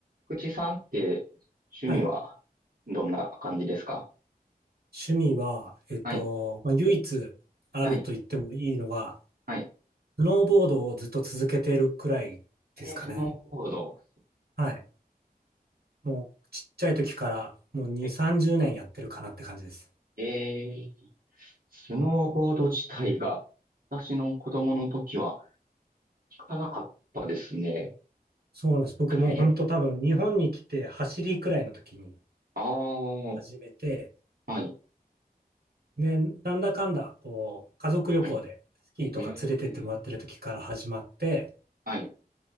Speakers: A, on the right; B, on the right.
A: 口さんって趣味はどんな感じですか
B: はい。趣味は、えっと、
A: はい、
B: まあ、唯一あると言ってもいいのが、
A: はい、はい。
B: スノーボードをずっと続けてるくらいですかね。
A: えースノーボード。
B: はい。もうちっちゃい時からもう2、
A: え、
B: 30年やってるかなって感じです。
A: えースノーボード自体が私の子供の時は聞かなかったですね。
B: そうなんです。僕もう本当多分日本に来て走りくらいの時に
A: <laughs> ああ、は
B: 始めて、
A: い、
B: で、なんだかんだ、こう、家族旅行でスキーとか連れてってもらってる時から始まって、
A: はい。えー、はい。